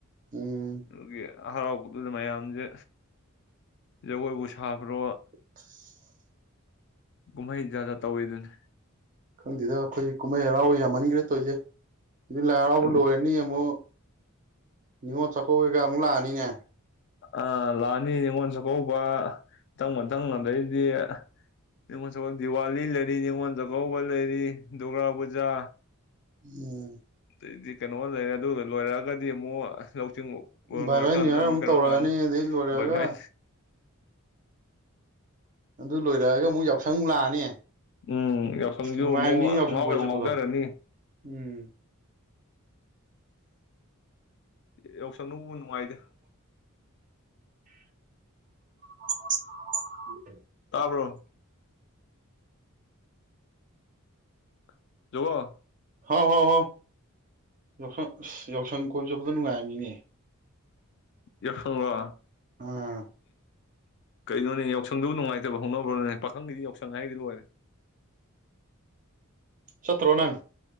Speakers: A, on the right; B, on the left.
A: ꯎꯝ
B: <unintelligible> ꯍꯔꯥꯎꯕꯗꯨꯗ ꯃꯌꯥꯝꯁꯦ ꯖꯒꯣꯏꯕꯨ ꯁꯥꯕ꯭ꯔꯣ
A: ꯑꯖ
B: ꯀꯨꯝꯍꯩꯗꯤ ꯖꯥꯠ ꯖꯥꯠ ꯇꯧꯋꯦꯗꯨꯅꯤ
A: ꯈꯪꯗꯦꯗ ꯑꯩꯈꯣꯏꯒꯤ ꯀꯨꯝꯍꯩ ꯍꯔꯥꯎꯕ ꯌꯥꯝꯃꯟꯈ꯭ꯔꯦ ꯇꯧꯔꯤꯁꯦ ꯍꯧꯖꯤꯛ ꯂꯥꯏ ꯍꯔꯥꯎꯕ
B: ꯈꯪꯗꯦ
A: ꯂꯣꯏꯔꯅꯤ ꯑꯃꯨꯛ ꯅꯤꯉꯣꯜꯆꯥꯀꯧꯕ ꯀꯩ ꯒꯥ ꯑꯃꯨꯛ ꯂꯥꯀꯅꯤꯅꯦ
B: ꯑ ꯂꯥꯛꯑꯅꯤ ꯅꯤꯉꯣꯜ ꯆꯥꯛꯀꯧꯕ ꯃꯊꯪ ꯃꯊꯪ ꯑꯗꯩꯗꯤ ꯅꯤꯉꯣꯜ ꯆꯥꯛꯀꯧꯕ ꯗꯤꯋꯥꯂꯤ ꯂꯩꯔꯤ ꯅꯤꯉꯣꯜ ꯆꯥꯛꯀꯧꯕ ꯂꯩꯔꯤ ꯗꯨꯔꯒꯥ ꯄꯨꯖꯥ
A: ꯎꯝ
B: ꯑꯗꯩꯗꯤ ꯀꯩꯅꯣ ꯂꯩꯔꯦ ꯑꯗꯨꯒꯗꯨ ꯂꯣꯏꯔꯛꯑꯒꯗꯤ ꯑꯃꯨꯛ ꯂꯧꯁꯤꯡꯤꯡ ꯃꯔ
A: ꯕꯥꯏ
B: ꯂꯣꯏꯔꯀꯥꯟꯗ
A: ꯕꯥꯏ ꯅꯤꯌꯔ
B: ꯑꯃꯨꯛ ꯀꯩꯅꯣ
A: ꯇꯧꯔꯛꯑꯅꯤ
B: ꯂꯥꯛꯑꯅꯤ
A: ꯑꯗꯩ ꯂꯣꯏꯔꯛꯑꯒ
B: ꯕꯥꯏ ꯚꯥꯏ
A: ꯑꯗꯨ ꯂꯣꯏꯔꯛꯑꯒ ꯑꯃꯨꯛ ꯌꯥꯎꯁꯪ ꯑꯃꯨꯛ ꯂꯥꯛꯑꯅꯤ
B: ꯎꯝ ꯌꯥꯎꯁꯪꯁꯨ
A: ꯅꯨꯡꯉꯥꯏꯕꯅꯤ
B: ꯑꯃꯨꯛ
A: ꯌꯥꯎꯁꯪ
B: ꯉꯥꯎꯕ
A: ꯀꯣꯏ
B: ꯌꯥꯕ
A: ꯆꯠꯄꯗꯣ
B: ꯑꯃꯨꯛ ꯉꯥꯎꯊꯔꯅꯤ
A: ꯎꯝ
B: ꯌꯥꯎꯁꯪꯅꯕꯨ ꯅꯨꯡꯉꯥꯏꯗ
A: <inaudible>
B: ꯇꯥꯕ꯭ꯔꯣ <unintelligible>
A: ꯍꯥꯎ ꯍꯥꯎ ꯍꯥꯎ ꯌꯥꯎꯁꯪ ꯑꯁ ꯌꯥꯎꯁꯪ ꯀꯣꯏ ꯆꯄꯗ ꯅꯨꯡꯉꯥꯏꯕꯅꯤꯅꯦ
B: ꯌꯥꯏꯁꯉ ꯂꯣ
A: ꯑꯥ
B: ꯀꯩꯅꯣꯅꯦ ꯌꯥꯎꯁꯪꯗꯨꯕꯨ ꯅꯨꯡꯉꯥꯏꯇꯕ ꯍꯧꯅꯕ꯭ꯔꯣꯅꯦ ꯄꯥꯈꯪꯒꯤꯗꯤ ꯌꯥꯎꯁꯪ ꯍꯥꯏꯗꯤ ꯂꯣꯏꯔꯦ
A: ꯆꯠꯔꯣ ꯅꯡ